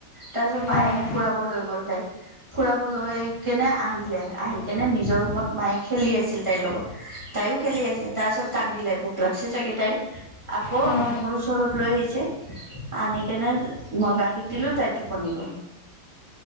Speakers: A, on the right (about 40°); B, on the left (about 70°).
A: তাৰ পিছত মায়ে
B: অঁ
A: ফুৰাব লৈ গ'ল তাইক ফুৰাবলৈ কেনে আহিলে আহি কেনে নিজৰ ৰুমত মায়ে খেলি আছিল তাইৰ লগত। তাইও খেলি আছে তাৰ পিছত কান্দিলে ভোক লাগছে চাগে তাই আকৌ
B: উম, উম।
A: মোৰ ওচৰত লৈ আহিছে। আনি কেনে মই গাখীৰ দিলো তাই টোপনি গ'ল।